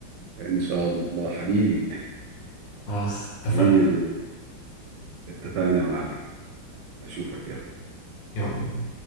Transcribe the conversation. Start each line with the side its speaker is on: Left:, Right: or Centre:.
Right: ان شاء الله حبيبي
Left: خلاص اتفقنا
Right: حبيبي يا زين اتفقنا يا معلم اشوفك يلا
Left: يلا بينا